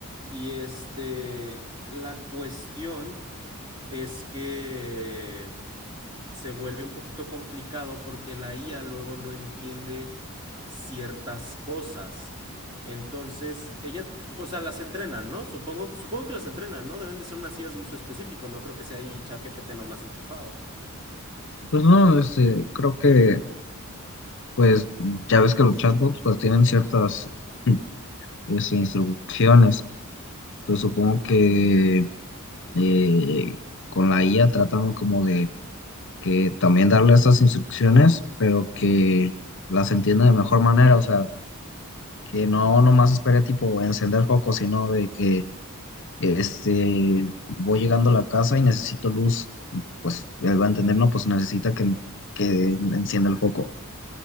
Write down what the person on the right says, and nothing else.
Y este, la cuestión es que se vuelve un poquito complicado porque la IA luego no entiende ciertas cosas. Entonces, ella, o sea, las entrenan, ¿no? Supongo, supongo que las entrenan, ¿no? Deben de ser unas IAs de uso específico, no creo que sea ahí ChatGPT nomás enchufado.
<laughs>